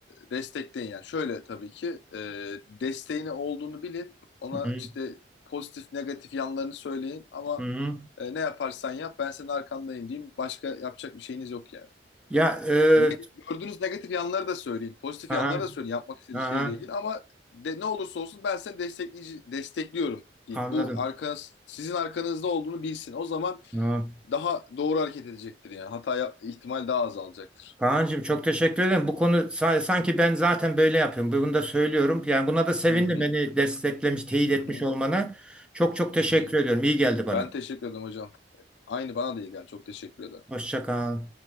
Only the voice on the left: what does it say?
destekleyin yani. Şöyle tabii ki e, desteğini olduğunu bilin. Ona
işte pozitif negatif yanlarını söyleyin ama
e, ne yaparsan yap ben senin arkandayım diyeyim. Başka yapacak bir şeyiniz yok yani.
Ne, gördüğünüz negatif yanları da söyleyin. Pozitif yanları
da söyleyin yapmak istediği
şeyle ilgili ama de, ne olursa olsun ben seni destekleyici, destekliyorum deyin.
Bu arkanız, sizin arkanızda olduğunu bilsin. O zaman
daha doğru hareket edecektir yani. Hata yap- ihtimal daha azalacaktır.
Hı hı,
hı
hı,
hı hı.
Ben teşekkür ederim hocam. Aynı bana da iyi geldi. Çok teşekkür ederim.